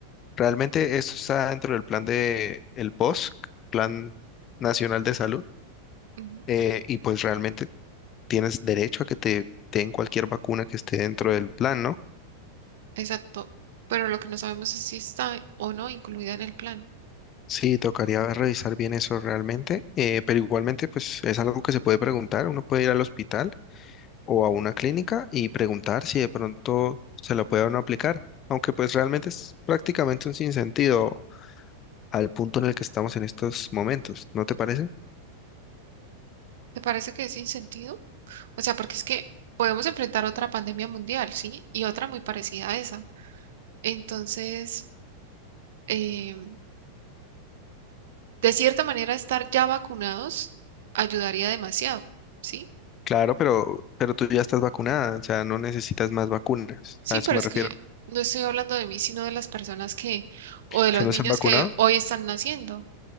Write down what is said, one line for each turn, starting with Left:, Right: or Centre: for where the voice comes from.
Left: Realmente esto está dentro del plan de el POS, Plan Nacional de Salud,
Right: Ujú,
Left: eh, y pues realmente tienes derecho a que te den cualquier vacuna que esté dentro del plan, ¿no?
Right: Exacto, pero lo que no sabemos es si está o no incluida en el plan.
Left: Sí, tocaría revisar bien eso realmente, eh, pero igualmente pues es algo que se puede preguntar, uno puede ir al hospital o a una clínica y preguntar si de pronto se lo puede a uno aplicar, aunque pues realmente es prácticamente un sinsentido al punto en el que estamos en estos momentos, ¿no te parece?
Right: ¿Te parece que es sin sentido? O sea, porque es que podemos enfrentar otra pandemia mundial, ¿sí? Y otra muy parecida a esa. Entonces, eh, de cierta manera, estar ya vacunados ayudaría demasiado, ¿sí?
Left: Claro, pero, pero tú ya estás vacunada, o sea, no necesitas más vacunas,
Right: Sí,
Left: a eso
Right: pero
Left: me
Right: es
Left: refiero.
Right: que no estoy hablando de mí, sino de las personas que, o de
Left: ¿Que
Right: los
Left: no
Right: niños
Left: se han vacunado?
Right: que hoy están naciendo.